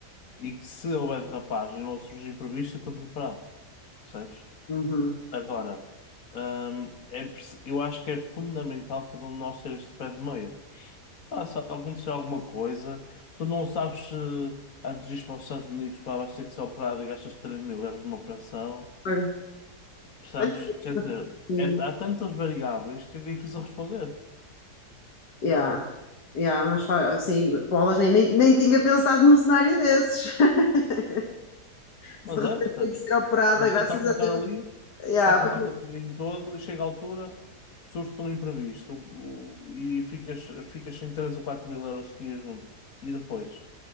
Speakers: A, on the left (about 55°); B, on the left (about 80°).
A: e que se houver derrapagem ou surgir imprevisto, eu estou preparado, percebes?
B: Uhum.
A: Agora, ahm, é, preci- eu acho que é fundamental cada um de nós ter este pé de meia. Pá, se acontecer alguma coisa, tu não sabes se antes de ir para os Estados Unidos, pá, vais ter que ser operado e gastas três mil euros numa operação,
B: Claro.
A: percebes?
B: <laughs>
A: Quer dizer,
B: E-
A: é- há tantas variáveis que é difícil responder.
B: Yeah, yeah, mas fa- assim, bolas, nem, nem, nem tinha pensado num cenário desses. <laughs> Se
A: Mas
B: de repente
A: é, percebes?
B: tenho que ser operada,
A: Uma pessoa
B: graças
A: está a contar
B: a Deus.
A: ali,
B: Yeah,
A: está a contar
B: foi...
A: com o dinheiro todo, e chega à altura, surge um imprevisto o- o- e ficas, ficas sem três ou quatro mil euros que tinhas junto. E depois,